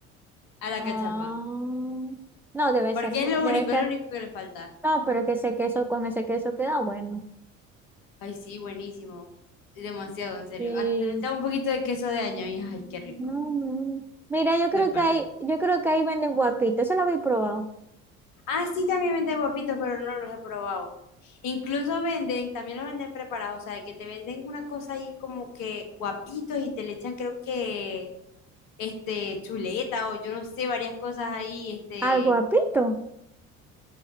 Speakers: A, on the left (about 55°); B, in the centre.
A: a la
B: Ah,
A: cachapa.
B: no, debe
A: Porque
B: ser, bu-
A: es lo
B: debe
A: único,
B: que,
A: es lo único que le falta.
B: no, pero que ese queso, con ese queso queda bueno.
A: Ay, sí, buenísimo. Demasiado, en serio.
B: Sí,
A: Hasta te le echaba un poquito de queso de año y ay, qué rico.
B: no, no. Mira, yo
A: De
B: creo
A: pana.
B: que ahí, yo creo que ahí venden guapito, eso lo habéis probado.
A: Ah, sí, también venden guapitos, pero no los he probado. Incluso venden, también los venden preparados, o sea, que te venden una cosa ahí como que guapitos y te le echan creo que este chuleta o yo no sé, varias cosas ahí, este,
B: Al guapito,